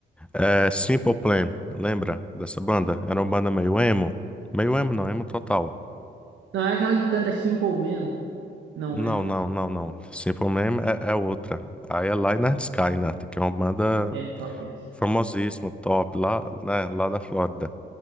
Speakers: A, in the centre; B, on the right.
A: É, Simple Plan, lembra dessa banda? Era uma banda meio emo. Meio emo não, emo total.
B: Não, é aquela que canta Simple Man. Não,
A: Não,
B: né?
A: não, não, não. Simple Plan é, é outra. Aí é Lynyrd Skynyrd, que é uma banda
B: É top essa.
A: famosíssima, top, lá, né, lá da Flórida.